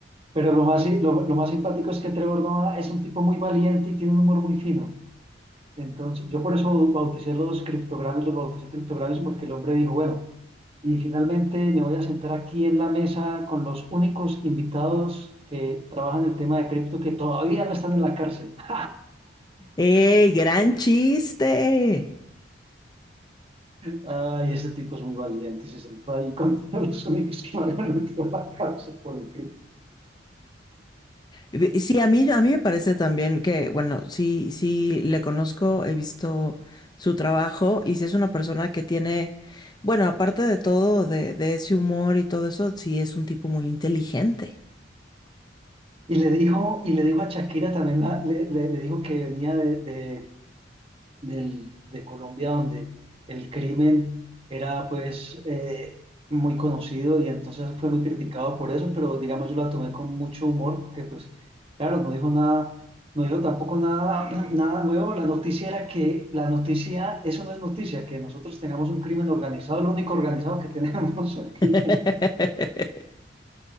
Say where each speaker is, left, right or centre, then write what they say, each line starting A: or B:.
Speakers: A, on the right; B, on the left.
A: Pero lo más, si- lo, lo más simpático es que Trevor Noah es un tipo muy valiente y tiene un humor muy fino. Entonces, yo por eso bauticé los criptogramas, los bauticé criptogramas porque el hombre dijo, bueno, y finalmente me voy a sentar aquí en la mesa con los únicos invitados que trabajan el tema de cripto que todavía no están en la cárcel. <laughs>
B: Eh, gran chiste!
A: Ay, ese tipo es muy valiente y se sentó ahí con <laughs> todos los únicos que me habían metido a la cárcel por el cripto.
B: Ve- Sí, a mí, a mí me parece también que, bueno, sí, sí, le conozco, he visto su trabajo y si es una persona que tiene, bueno, aparte de todo, de, de ese humor y todo eso, sí es un tipo muy inteligente.
A: Y le dijo, y le dijo a Shakira también, la- le, le- le dijo que venía de, de- del- de Colombia donde el crimen era pues eh, muy conocido y entonces fue muy criticado por eso, pero digamos yo la tomé con mucho humor porque pues claro, no dijo nada, no dijo tampoco nada, <clears throat> nada nuevo. La noticia era que la noticia, eso no es noticia, que nosotros tengamos un crimen organizado, lo único organizado que tenemos, <laughs> el crimen.
B: <laughs>
A: <laughs>